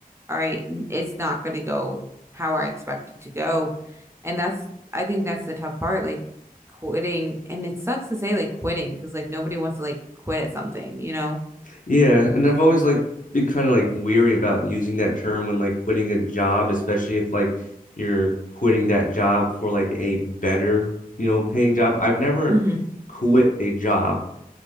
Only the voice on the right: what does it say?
all right, n- it's not going to go how I expect it to go. And that's I think that's the tough part, like quitting. And it sucks to say like quitting because like nobody wants to like quit at something, you know?
hmm